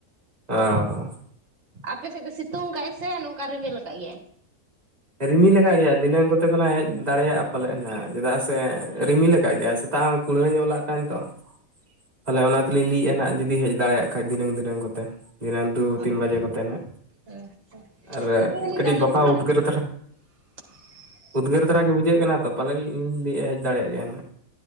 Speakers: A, on the right (about 30°); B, on the right (about 60°).
A: ᱚ
B: ᱟᱯᱮᱥᱮᱫ ᱫᱚ ᱥᱤᱛᱩᱝ ᱟᱠᱟᱜᱟᱭ ᱥᱮ ᱱᱚᱝᱠᱟ ᱨᱤᱢᱤᱞ ᱟᱠᱟᱫ ᱜᱮᱟᱭ?
A: ᱨᱤᱢᱤᱞ ᱠᱟᱜ ᱜᱮᱭᱟ ᱫᱤᱱᱟᱹᱱ ᱠᱚᱛᱮ ᱫᱚ ᱱᱟᱦᱟᱸ ᱦᱮᱡ ᱫᱟᱲᱮᱭᱟᱜᱼᱟ ᱯᱟᱞᱮᱫ ᱱᱟᱦᱟᱸᱜ ᱪᱮᱫᱟᱜ ᱥᱮ ᱨᱤᱢᱤᱞ ᱟᱠᱟᱫ ᱜᱮᱭᱟᱭ ᱥᱮ᱾ ᱥᱤᱛᱟᱜ ᱦᱚᱸ ᱠᱩᱲᱦᱟᱹ ᱧᱚᱜ ᱞᱟᱜ ᱛᱟᱦᱮᱱ ᱛᱚ ᱛᱟᱦᱞᱮ ᱚᱱᱟ ᱛᱮᱞᱤᱧ ᱞᱟᱹᱭᱮᱫᱼᱟ ᱱᱟᱦᱟᱸᱜ ᱡᱩᱫᱤ ᱦᱮᱡ ᱫᱟᱲᱮᱭᱟᱜ ᱠᱷᱟᱡ ᱫᱷᱤᱱᱟᱹᱝ ᱫᱷᱤᱹᱝ ᱠᱚᱛᱮ᱾ ᱫᱷᱤᱱᱟᱹᱝ ᱫᱩ
B: ᱟᱪᱪᱷᱟ
A: ᱛᱤᱱ ᱵᱟᱡᱮ ᱠᱚᱛᱮ ᱱᱟᱦᱟᱸᱜ
B: ᱟᱪᱪᱷᱟ
A: ᱟᱨ
B: ᱱᱚᱛᱮ ᱫᱚ ᱱᱤᱛᱚᱜ
A: ᱠᱟᱹᱴᱤᱡ
B: ᱫᱚ
A: ᱵᱟᱯᱷᱟ
B: ᱯᱩᱨᱟᱹ
A: ᱩᱫᱽᱜᱟᱹᱨ ᱫᱷᱟᱨᱟ᱾
B: <inaudible>
A: ᱩᱫᱽᱜᱟᱹᱨ ᱫᱷᱟᱨᱟ ᱜᱮ ᱵᱩᱡᱷᱟᱹᱜ ᱠᱟᱱᱟ ᱛᱚ ᱯᱟᱞᱮᱜᱞᱤᱧ ᱞᱟᱹᱭᱮᱜᱟ ᱦᱮᱡ ᱫᱟᱲᱮᱭᱟᱜ ᱜᱮᱭᱟ ᱱᱟᱦᱟᱸᱜ᱾